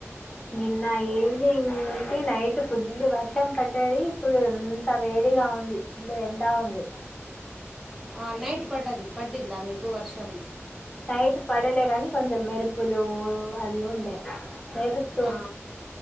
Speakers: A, on the left; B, in the centre.
A: నిన్న ఈవినింగ్ ఉంది నైట్ ఫుల్ వర్షం పడ్డది ఇప్పుడు ఇంత వేడిగా ఉంది ఫుల్ ఎండా ఉంది
B: ఆ నైట్ పడ్డది పడ్డింద మీకు వర్షం
A: నైట్ పడలే కాని కొంచెం మెరుపులు అది ఉండే మెరుస్తు
B: ఆ